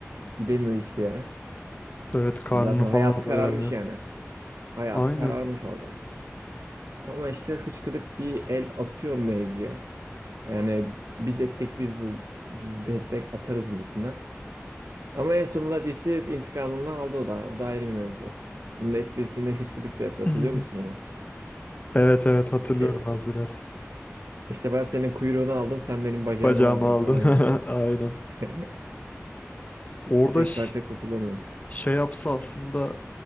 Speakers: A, on the right (about 75°); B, on the left (about 30°).
A: Gidemiyor hiçbir yere.
B: Evet karnını
A: Zaten
B: falan
A: hayatı
B: doyuramıyor.
A: kararmış yani. Hayatı
B: Aynen.
A: kararmış orada. Ama işte hıçkıdık bir el atıyor mevzuya. Yani biz ettik biz bul biz destek atarız gibisinden. Ama en sonunda DC's intikamını aldı o da. O da ayrı bir mevzu. Bunun esprisini hışkıdık da yapıyor.
B: <laughs>
A: Hatırlıyor musun onu?
B: Evet evet hatırlıyorum
A: Şey,
B: az biraz.
A: işte ben senin kuyruğunu aldım, sen benim bacağımı
B: Bacağımı
A: aldın
B: aldın.
A: falan
B: <laughs>
A: yapıyor.
B: Aynen.
A: <laughs>
B: Orada
A: Tek
B: ş-
A: parça kurtulamıyor.
B: şey yapsa aslında